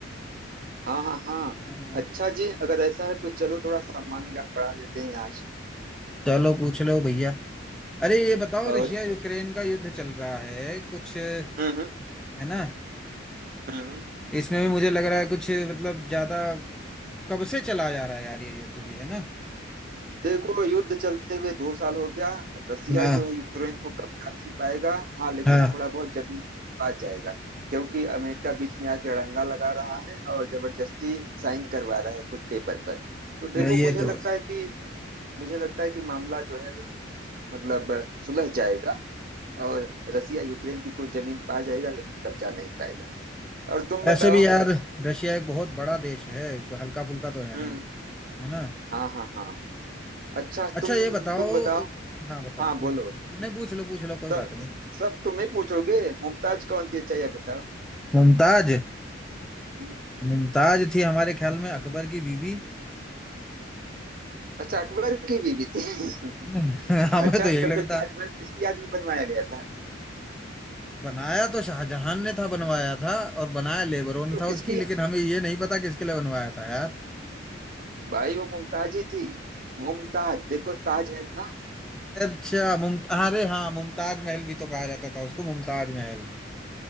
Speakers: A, on the right; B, in the centre.
A: हाँ हाँ हाँ
B: हाँ,
A: अच्छा जी अगर ऐसा है तो चलो थोड़ा सामान्य ज्ञान बढ़ा लेते हैं आज
B: चलो पूछ लो भैया अरे ये बताओ
A: और
B: रशिया यूक्रेन का युद्ध चल रहा है कुछ है
A: हम्म हम्म
B: ना
A: हम्म हम्म।
B: इसमें भी मुझे लग रहा है कुछ मतलब ज्यादा कब से चला जा रहा है यार ये युद्ध भी है ना
A: देखो युद्ध चलते हुए दो साल हो गया रसिया
B: हाँ
A: जो है यूक्रेन को कब्जा नहीं पाएगा हाँ लेकिन
B: हाँ
A: थोड़ा बहुत जमीन पा जाएगा क्योंकि अमेरिका बीच में आके अड़ंगा लगा रहा है और जबरदस्ती साइन करवा रहा है कुछ पेपर पर तो देखो
B: ये
A: मुझे
B: तो
A: लगता
B: है।
A: है कि मुझे लगता है कि मामला जो है मतलब सुलझ जाएगा और रसिया यूक्रेन की कोई जमीन पा जाएगा लेकिन कब्जा नहीं पाएगा और तुम बताओ
B: ऐसे भी यार रशिया एक बहुत बड़ा देश है हल्का फुल्का तो है
A: हम्म
B: नहीं है ना
A: हाँ हाँ हाँ अच्छा
B: अच्छा
A: तुम
B: ये बताओ
A: तुम बताओ
B: हाँ बताओ
A: हाँ
B: तुम
A: बोलो
B: पूछो नहीं पूछ लो पूछ लो कोई बात
A: सब
B: नहीं
A: सब तुम ही पूछोगे मुमताज कौन थी अच्छा ये बताओ
B: <laughs> मुमताज
A: हम्म,
B: मुमताज थी हमारे ख्याल में अकबर की बीबी
A: अच्छा अकबर की बीवी थी <laughs>
B: <laughs> हमें
A: अच्छा
B: तो यही
A: सफेद
B: लगता
A: ताजमहल किसकी याद में बनवाया गया था
B: बनाया तो शाहजहां ने था बनवाया था और बनाया लेबरों ने
A: तो
B: था
A: किसकी
B: उसकी लेकिन हमें ये नहीं पता किसके लिए बनवाया था यार
A: भाई वो मुमताज ही थी मुमताज देखो ताज है ना
B: अच्छा मुमता अरे हाँ मुमताज महल भी तो कहा जाता था उसको मुमताज महल